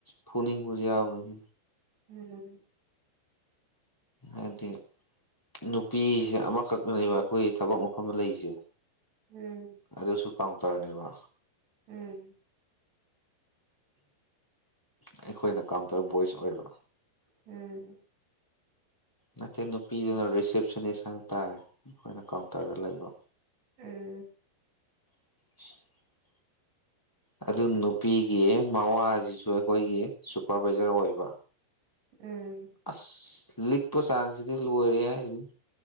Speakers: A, in the centre; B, on the right (about 60°).
A: ꯐꯨꯅꯤꯡꯕ ꯌꯥꯎꯋꯤ
B: ꯎꯝ
A: ꯍꯥꯏꯗꯤ ꯅꯨꯄꯤꯖꯦ ꯑꯃꯈꯛꯅꯦꯕ ꯑꯩꯈꯣꯏ ꯊꯕꯛ ꯃꯐꯝꯗ ꯂꯩꯖꯦ
B: ꯎꯝ
A: ꯑꯗꯨꯁꯨ ꯀꯥꯎꯟꯇꯔꯅꯦꯕ
B: ꯎꯝ
A: ꯑꯩꯈꯣꯏꯅ ꯀꯥꯎꯟꯇꯔ ꯚꯣꯏꯁ ꯑꯣꯏꯕ
B: ꯎꯝ
A: ꯅꯠꯇꯦ ꯅꯨꯄꯤꯗꯨꯅ ꯔꯤꯁꯦꯞꯁꯅꯤꯁ ꯍꯥꯏꯕ ꯇꯥꯔꯦ ꯑꯩꯈꯣꯏꯅ ꯀꯥꯎꯟꯇꯔꯗ ꯂꯩꯕ
B: ꯎꯝ
A: <inaudible> ꯑꯗꯨ ꯅꯨꯄꯤꯒꯤ ꯃꯋꯥꯖꯤꯁꯨ ꯑꯩꯈꯣꯏꯒꯤ ꯁꯨꯄꯔꯚꯥꯏꯖꯔ ꯑꯣꯏꯕ
B: ꯎꯝ
A: ꯑꯁ ꯂꯤꯛꯄ ꯆꯥꯡꯁꯤꯗꯤ ꯂꯣꯏꯔꯦ ꯍꯥꯏꯖꯤꯅꯤ